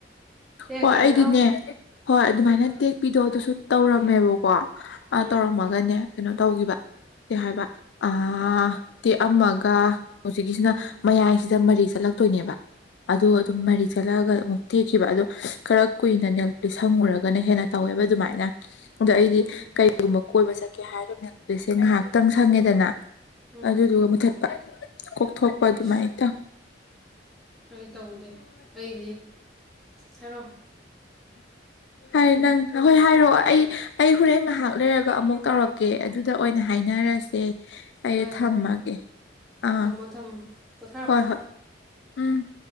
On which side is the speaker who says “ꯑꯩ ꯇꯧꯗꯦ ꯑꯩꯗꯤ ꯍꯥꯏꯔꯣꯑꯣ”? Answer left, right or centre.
Centre